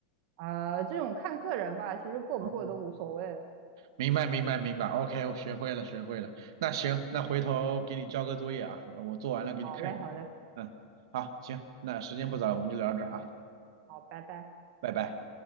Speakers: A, on the right; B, on the right.
A: 啊、这种看个人吧，其实过不过都无所谓了。
B: 哦，明白，明白，明白。OK，我学会了，学会了。那行，那回头给你交个作业啊，我做完了给你看一下。
A: 好嘞，好嘞，
B: 嗯，好，行，那时间不早了，我们就聊到这儿啊，
A: 好，拜拜。
B: 拜拜。